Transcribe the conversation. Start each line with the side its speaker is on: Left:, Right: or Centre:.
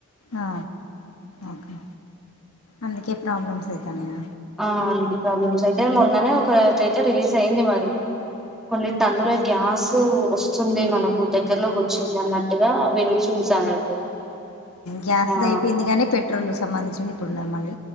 Left: ఆ ఓకే అందుకే ప్రాబ్లమ్స్ అయితనయ
Centre: ఆ అందుకు ప్రాబ్లమ్స్ అయితే మొన్ననే ఒక చయితే రిలీజ్ అయింది మరి కొన్ని తన్నుల గ్యాస్ వస్తుంది మనకు దగ్గరలోకి వచ్చింది అన్నట్టుగా విని చూశా నేను
Left: గ్యాస్
Centre: ఆ
Left: ది అయిపోయింది కాగానీ పెట్రోల్ సంబంధించింది పుర్ణమల్